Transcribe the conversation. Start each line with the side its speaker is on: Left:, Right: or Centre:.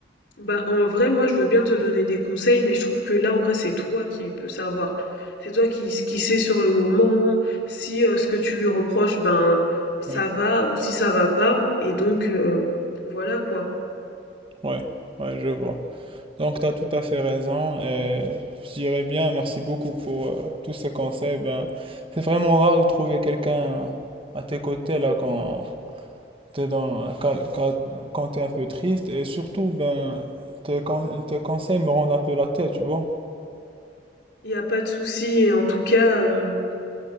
Left: bah en vrai, moi je veux bien te donner des conseils, mais je trouve que là en vrai c'est toi qui peux savoir. C'est toi qui, qui sais sur le moment si euh, ce que tu lui reproches, ben ça
Right: Oui,
Left: va ou si ça va pas. Et donc euh, voilà quoi.
Right: ouais, ouais, je vois. Donc, t'as tout à fait raison et je dirais bien merci beaucoup pour euh, tous ces conseils. Ben, c'est vraiment rare de trouver quelqu'un à tes côtés là quand, t'es dans, quand, quand, quand t'es un peu triste et surtout, ben, tes, con- tes conseils me rendent un peu la tête, tu vois.
Left: Il n'y a pas de souci. Et en tout cas, euh,